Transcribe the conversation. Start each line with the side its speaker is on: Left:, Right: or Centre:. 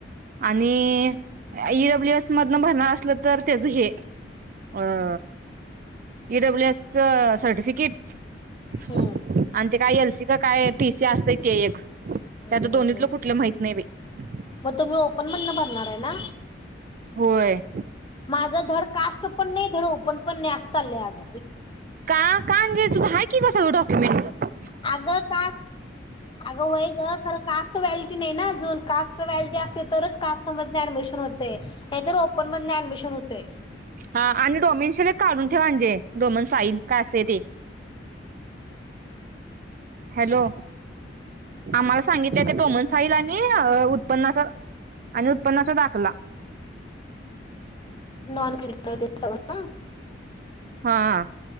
Right: आणि ईडब्ल्यू एस मधनं भरणार असलं तर त्याच हे अ इडब्ल्यू एस सर्टिफिकेट तिकीट
Left: हम्म.
Right: आणते काय एल सी का काय टी सी असते एक त्याच
Left: हम्म.
Right: दोन्हीतलं कुठलं माहित नाही बाई
Left: मग तुम्ही ओपन मधनं भरणार आहे ना
Right: होय
Left: माझं धड कास्ट पण नाही धड ओपन पण पण न्या चाललेग
Right: का का अंजे आहे की तुझं डोक्युमेंट <inaudible>
Left: अग का अग होय ग खर कास्ट व्हलटी नाही ना ज कास्ट व्हलटी असते तरच कास्ट म ऍडमिशन होते नाहीतर ओपन ओपन मदन ऍडमिशन होते
Right: हा आणि डोमनश काढून ठेवा म्हजे डोमन फाईल का असते ते हॅलो आम्हाला सांगितलं डोमन फाईल आणि उत्पन्ना आणि उत्पन्ना दा <inaudible>
Left: नॉन क्रिमिनल ते सगळ्यांना
Right: हा